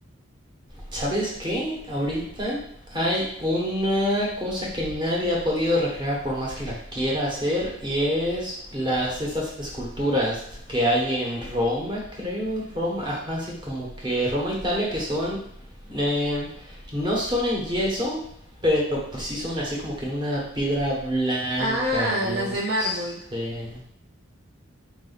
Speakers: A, on the right; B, on the right.
A: ¿Sabes qué? Ahorita hay una cosa que nadie ha podido recrear por más que la quiera hacer y es las estas esculturas que hay en Roma, creo, Roma, ajá, sí, como que Roma, Italia, que son em, no son en yeso, pero pues sí son así como que en una piedra blanca,
B: Ah,
A: no
B: las de mármol.
A: sé.